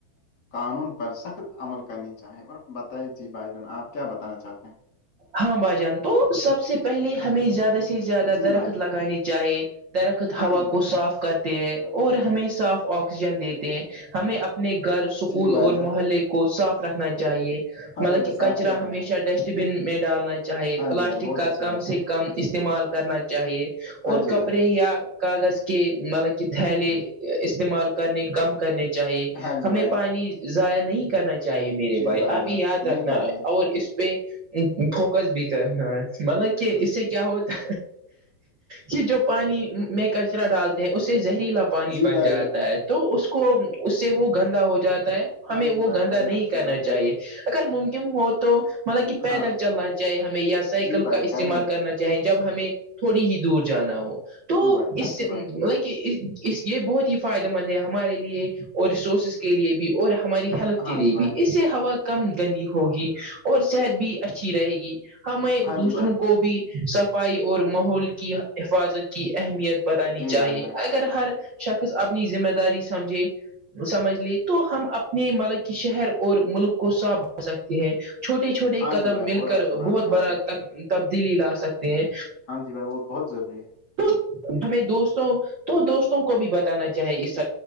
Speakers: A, on the left; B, on the right.
A: قانون پر سخت عمل کرنی چاہیں اور بتائییں جی بھائی جن آپ کیا بتانا چاہتے ہیں
B: ہاں بھائی جان تو سب سے پہلے ہمیں زیادہ سے زیادہ
A: جی
B: درخت
A: بھائی جان
B: لگانے چاہیے درخت
A: ہاں
B: ہوا
A: جی بھائی
B: کو صاف کرتے ہیں اور ہمیں صاف آکسیجن دیتے ہیں ہمیں اپنے گھر اسکول
A: جی بھائی
B: اور
A: جان
B: محلے کو صاف رکھنا چاہیے
A: ہاں
B: مطلب
A: جی بھائی
B: کہ
A: صاف
B: کچرا
A: ہی رکھنا
B: ہمیشہ
A: چاہیے
B: ڈسٹ بن میں ڈالنا ہے چاہے
A: ہاں
B: پلاسٹک
A: جی بھائی بہت
B: کا
A: اچھی
B: کم
A: بات کہیں
B: سے کم استعمال کرنا چاہیے
A: ہاں
B: اور
A: جی
B: کپڑے
A: بھائی
B: یا کاغذ کے مطلب کہ تھیلے استعمال کرنے کم کرنے چاہیے
A: ہاں جی
B: ہمیں
A: بھائی
B: پانی ضائع نہیں کرنا چاہیے چاہیے میرے
A: جی
B: بھائی آپ
A: جان
B: یہ یاد
A: نہیں
B: رکھنا
A: کریں گے
B: اور اس پہ فوکس بھی مطلب کہ اسے کیا ہوتا کہ جو پانی میں کچرا ڈالتے ہیں اس سے زہریلا پا پانی
A: جی
B: بن
A: بھائی
B: جاتا
A: جان
B: ہے تو اس کو اس سے وہ گندا ہو جاتا ہے
A: ہاں
B: ہمیں وہ
A: جی بھائی
B: گندا
A: بہتے
B: نہیں
A: اچھی
B: کرنا
A: بات کہیں
B: چاہیے اگر ممکن ہو تو مطلب کہ پیدل
A: ہاں
B: چلنا چاہے ہمیں یا سائیکل
A: جی بھائی
B: کا استعمال
A: کریں گے
B: کرنا چاہیے چاہیں جب ہمیں تھوڑی ہی دور جانا ہو تو
A: جی بھائی
B: اس
A: اچھی
B: سے
A: بات ہے
B: ل یہ بہت ہی فائدہ مند ہے ہمارے لیے اور ریسورسز کے لیے بھی اور ہماری ہیلپ
A: ہاں
B: کے لیے
A: جی بھائی
B: بھی اس سے ہوا کم گندی ہوگی اور صحت بھی اچھی رہے گی ہمیں
A: ہاں
B: دوسروں
A: جی بھائی
B: کو بھی صفائی اور ماحول کی حفاظت کی اہمیت بتانی
A: جی
B: چاہیے
A: بھائی جان
B: ہر شخص اپنی ذمہ داری سمجھے سمجھ لے تو ہم اپنے ملب شہر اور ملک کو صاف بنا سکتے ہیں چھوٹے چھوٹے
A: ہاں
B: قدم
A: جی بھائی
B: مل
A: بہت اچھی
B: کر
A: بات
B: بہت
A: کہیں آپ
B: بڑا
A: نے
B: تبدیلی لا سکتے ہیں
A: ہاں جی بھائی بہت ضوری ہے
B: تو ہمیں دوستوں تو دوستوں کو بھی بتانا چاہے اس سب